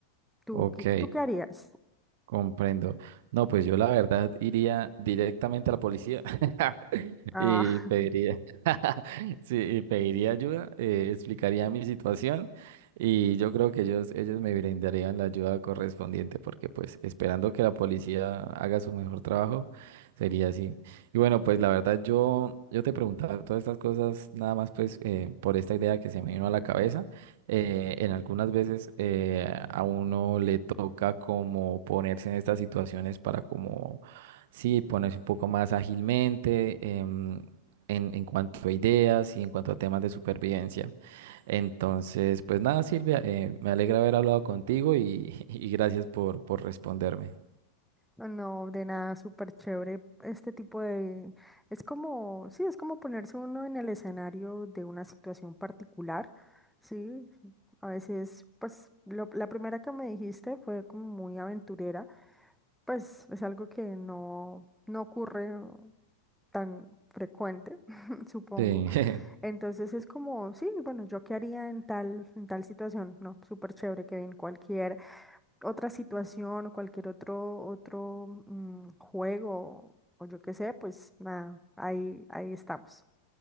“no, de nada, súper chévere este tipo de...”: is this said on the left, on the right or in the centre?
Centre